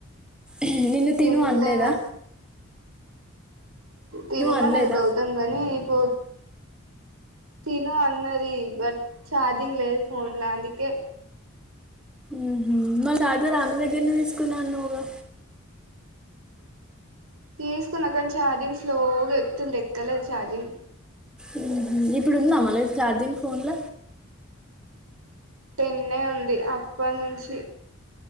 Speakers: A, in the centre; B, on the right.
A: ఉహు నిన్ను
B: తినలే
A: తినుమన్లేదా
B: తినుమన్నది
A: అనలేదా
B: గౌతమ్ గాని గొ తిను అన్నది బట్ ఛార్జింగ్ లేద్ ఫోన్లా అందుకే
A: ఉహు మల్ల చార్జర్ అమ్మే దగ్గరనే తీస్కున్నాన్నవ్ గా
B: తీస్కున్న కాని ఛార్జింగ్ స్లో గెక్కుతుంది ఎక్కలేదు ఛార్జింగ్
A: ఉహు ఇప్పుడుందా మళ్ళ ఛార్జింగ్ ఫోన్ల
B: టన్నే ఉంది అప్పనుంచి